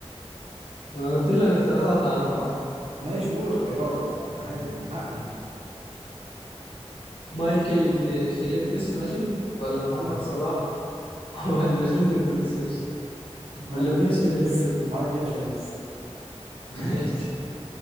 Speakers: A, on the left; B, on the right.
A: ما قلت لك اختيارات هتعرفها
B: ماشي قول اختيارات لا، عادي من حقي
A: مايكل في فيليبس ماشي ولا محمد
B: ماشي
A: صلاح <laughs> ولا جونيور فينيسيوس
B: مايكل
A: ولا فينيسيوس
B: فيليبس
A: جونيور
B: مايكل فيليبس
A: <laughs> ماشي